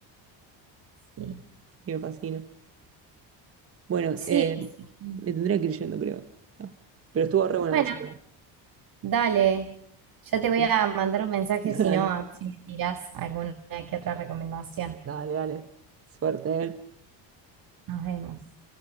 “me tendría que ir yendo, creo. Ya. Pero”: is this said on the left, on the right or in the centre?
Right